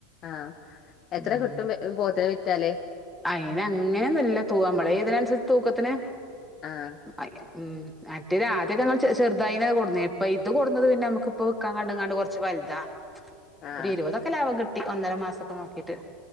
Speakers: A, on the left (about 35°); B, in the centre.
A: ആഹ് എത്ര
B: ഉം
A: കിട്ടും എ പോത്തിനെ വിറ്റാല്
B: അയിന് അങ്ങനെയൊന്നുല്ല തൂ നമ്മളെ ഇയിനനുസരിച്ച് തൂക്കത്തിന്-
A: ആഹ്
B: ആ <unintelligible> ഉം മറ്റേത് ആദ്യം ഞങ്ങള് ചെറു ചെറുതായിന്നാ കൊട്ന്നേ ഇപ്പൊ ഇത് കൊടുന്നത് പിന്നെ നമുക്കിപ്പൊ വിൽക്കാ കണ്ട് എങ്ങാണ്ട് കൊറച്ച് വലുതാ
A: ആഹ്
B: ഒരു ഇരുപതൊക്കെ ലാഭം കിട്ടി ഒന്നര മാസൊക്കെ നോക്കിട്ട്